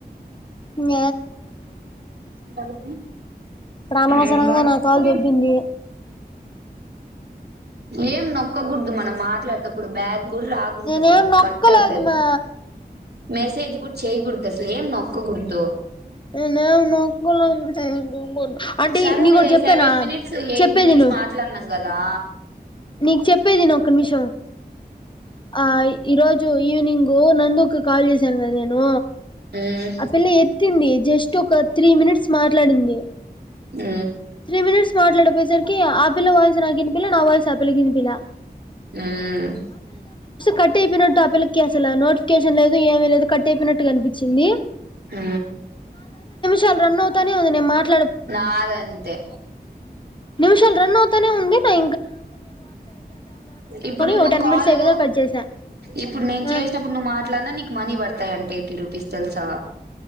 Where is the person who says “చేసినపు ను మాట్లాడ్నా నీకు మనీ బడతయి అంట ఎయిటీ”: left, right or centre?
Right